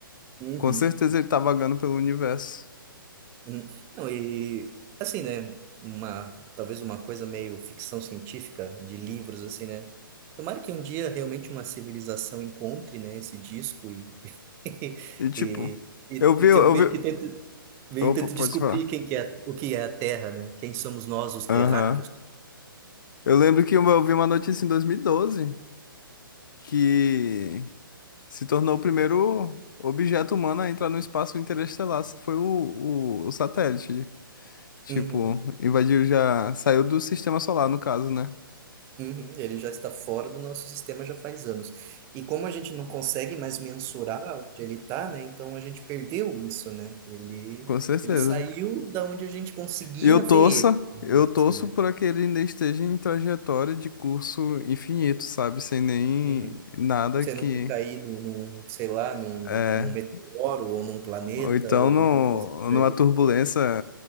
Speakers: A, on the right (about 20°); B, on the left (about 60°).
A: Uhum.
B: com certeza ele tá vagando pelo universo.
A: Hum, Não, e assim, né? Uma, talvez uma coisa meio ficção científica de livros, assim, né? Tomara que um dia realmente uma civilização encontre, né, esse disco e, <laughs>
B: E tipo,
A: e, e,
B: eu vi,
A: e tem-
B: eu
A: meio
B: vi.
A: que tente, meio
B: Opa,
A: que tente
B: pode
A: descobrir
B: falar.
A: quem que é, o que é a Terra, né? Quem somos nós, os
B: Aham.
A: terráqueos.
B: Eu lembro que eu vi uma notícia em 2012 que se tornou o primeiro objeto humano a entrar no espaço interestelar. Foi o, o, o satélite. Tipo,
A: Uhum.
B: invadiu já. Saiu do sistema solar, no caso, né?
A: Uhum, ele já está fora do nosso sistema já faz anos. E como a gente não consegue mais mensurar onde ele está, né? Então a gente perdeu isso, né? Ele,
B: Com certeza.
A: ele saiu da onde a gente conseguia
B: Eu
A: ver
B: torça,
A: ele, ainda
B: eu torço
A: assim, né?
B: para que ele ainda esteja em trajetória de curso infinito, sabe? Sem nem
A: Uhum.
B: nada
A: Você
B: que
A: não ter caído num, sei lá, num,
B: é.
A: num meteoro ou num planeta
B: Ou então
A: ou alguma
B: no,
A: coisa por
B: numa
A: aí.
B: turbulência